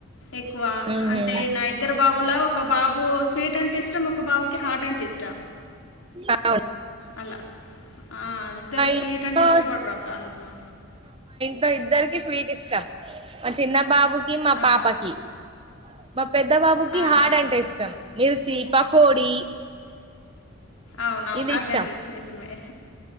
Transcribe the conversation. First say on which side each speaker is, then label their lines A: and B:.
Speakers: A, on the left (about 85°); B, on the right (about 25°).
A: ఎక్కువ
B: ఉహు
A: అంటే నా ఇద్దరు బాబులో ఒక బాబు స్వపీట్ అంటే ఇష్టం ఒక బాబకి హార్ట్ అంటే ఇష్టం
B: అవున
A: అలా అ ఇద్దరు స్వీట్
B: ఇంట్లో
A: అంటె ఇష్టపడ్ర అక్క అంతవా
B: ద ఇద్దరికి స్వీట్ ఇష్టం మా చిన్న బాబుకి మా
A: ఆ,
B: పాపకి మా పెద్ద బాబుకి
A: ఆహా
B: హార్డ్ అంటే ఇష్టం మిర్చి పకోడి
A: అవునవునువ
B: ఇది ఇష్టం
A: ఎంట ఇస్ నిజమే